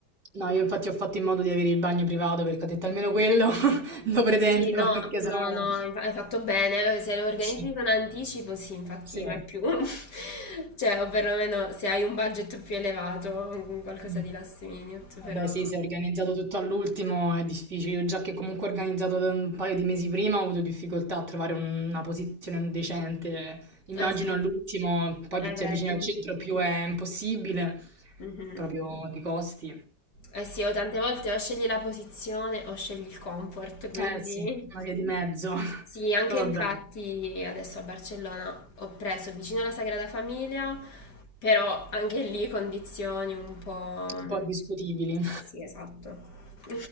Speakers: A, on the right; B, on the left.
A: No, io infatti ho fatto in modo di avere il bagno privato perché ho detto almeno quello <laughs> lo pretendo,
B: Sì, no,
A: perché
B: no,
A: sennò...
B: no, hai fa- hai fatto bene. Se lo organizzi
A: Sì,
B: con anticipo, sì, infatti,
A: sì.
B: ma è più. <laughs> Cioè, o perlomeno se hai un budget più elevato, mm, qualcosa
A: Mm.
B: di last minute, però...
A: Vabbè, sì, se è organizzato tutto all'ultimo è difficile. Io già che comunque ho organizzato da un paio di mesi prima ho avuto difficoltà a trovare una posizione decente. Immagino
B: Esatto,
A: all'ultimo, poi
B: eh,
A: più ti
B: vedi.
A: avvicini al centro più è impossibile,
B: Mhm.
A: proprio di costi.
B: Eh sì, o tante volte o scegli la posizione o scegli il comfort, quindi
A: Eh sì, una via di mezzo.
B: <laughs>
A: <laughs>
B: sì, anche
A: Poi vabbè,
B: infatti
A: mm,
B: adesso a Barcellona ho preso vicino alla Sagrada Famiglia, però anche lì condizioni un po'...
A: un po' discutibili. Eh,
B: Sì, esatto. <laughs>